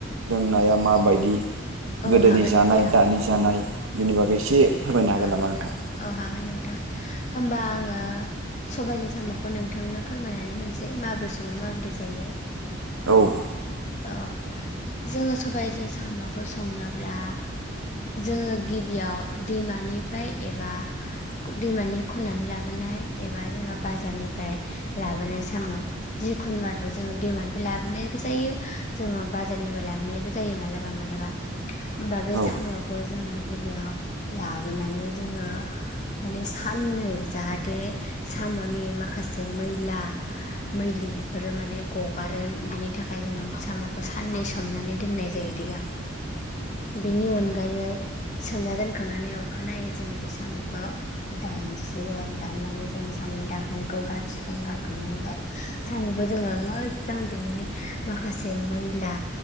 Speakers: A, on the right; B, on the left.
A: लोंनाया माबायदि
B: औ
A: गोदोनि
B: हागोन
A: जानाय
B: नोंथां
A: दानि जानाय। बिनि बागै एसे फोरमायनो हागोन
B: औ
A: नामा नोंथां
B: औ हागोन नोंथां। होमबा आङो अ सबबायजों साम'खौ नोंथांनो फोरमायनानै होनसै माबोरै सङो माबोरै जायो।
A: औ।
B: औ जोङो सबाइजों साम'खौ संनोब्ला जोङो गिबियाव दैमानिफ्राय एबा दैमानि खन्नानै लाबोनाय एबा जोङो बाजारनिफ्राय लाबोनाय साम' जिखुनु आरो जोङो दैमानिफ्राय लाबोनायबो जायो जोङो बाजारनिफ्राय लाबोनायबो जायो मालाबा मालाबा होमबा बे
A: औ
B: साम'खौ जोङो जेब्ला लाबोनानै जोङो माने साननै जाहाथे साम'नि माखासे मैला मैलि बेफोरो माने गगारो बिनि थाखाय जोङो साम'खौ साननै सोमनानै दोननाय जायो दैया। बेनि अनगायै सोमना दोनखांनानै अखानायै जोङो बे साम'खौ दानसिगोन। दाननानै जोङो साम दाखोनखौ गारसिगोन गारखांनानै साम'खो जोङो मोजां बिनिनो माखा खासे मैला